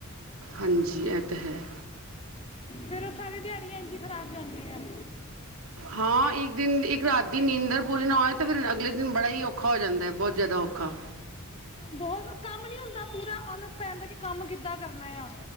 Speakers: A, on the right (about 70°); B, on the left (about 25°).
A: ਹਾਂਜੀ ਇਹ ਤਾਂ ਹੈ।
B: ਫਿਰ ਉਹ ਸਾਰੀ ਦਿਹਾੜੀ ਇੰਝ ਹੀ ਖਰਾਬ ਜਾਂਦੀ ਹੈ
A: ਹਾਂ ਇੱਕ ਦਿਨ ਇੱਕ ਰਾਤ ਦੀ ਨੀਂਦਰ ਪੂਰੀ ਨਾ ਹੋਏ ਤੇ ਫਿਰ ਅਗਲੇ ਦਿਨ ਬੜਾ ਹੀ ਔਖਾ ਹੋ ਜਾਂਦਾ ਹੈ ਬਹੁਤ ਜ਼ਿਆਦਾ ਔਖਾ
B: ਬਹੁਤ ਕੰਮ ਨਹੀਂ ਹੁੰਦਾ ਪੂਰਾ ਆਲਸ ਪੈ ਜਾਂਦਾ ਕਿ ਕੰਮ ਕਿੱਦਾਂ ਕਰਨਾ ਆ